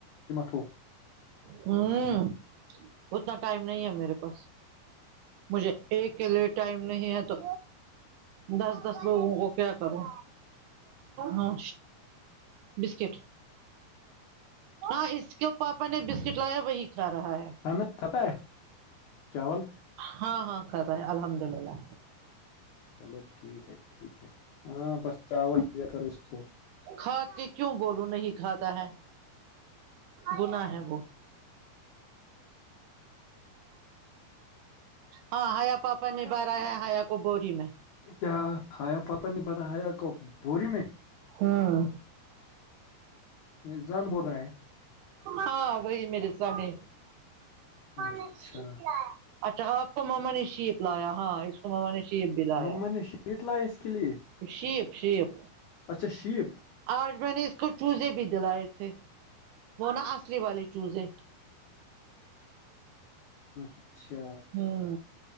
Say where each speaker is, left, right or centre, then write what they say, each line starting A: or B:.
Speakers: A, on the left; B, on the right.
A: <unintelligible>
B: ہوں اتنا ٹائم نہیں ہے میرے پاس مجھے ایک کے لیے ٹائم نہیں ہے تو دس دس لوگو کو وہ کیا کرو ہ بسکٹ ہاں اس کو پاپا نے بسکٹ لایا وہی کھا رہا ہے
A: کھانا کھاتا ہے چاول
B: ہاں ہاں کھاتا ہے الحمد للہ
A: چلو ٹھیک ہے ٹھیک ہے ہاں بس چاول دیا کرو اس کو
B: کھا کے کیوں بولوں نہیں کھاتا ہے گنا ہے وہ ہاں ایا پاپا نبھ رہا ہے ہیا کو بوری میں
A: کیا کھایا پاپا نے برا ہیا کو بھوری میں
B: ہاں
A: یہ زان بول رہا ہے
B: ہاں وہی میرے سامنے
A: اچھا
B: نے کیا اچھا آپ کو ماما نے شیپ لا یا ہاں ماما نے شیپ بھی لیا
A: مما نے شیٹ لائی اس کے لیے
B: شیپ شیپ
A: اچھا شیپ
B: آج میں نے اس کو چوزے بھی دلائے تھے وہ نا اصلی والی چوز ہے
A: اچھا
B: ہوں